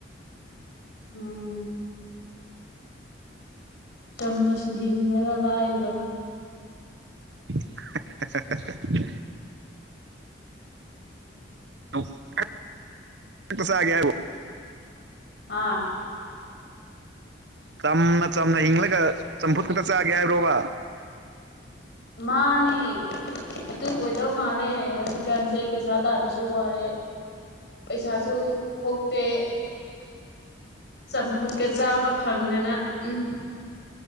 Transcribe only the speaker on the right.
<unintelligible> <unintelligible>
ꯆꯝꯅ ꯆꯝꯅ ꯍꯤꯡꯂꯒ ꯆꯝꯐꯨꯠ ꯈꯛꯇ ꯆꯥꯒꯦ ꯍꯥꯏꯕꯔꯣꯕꯥ꯫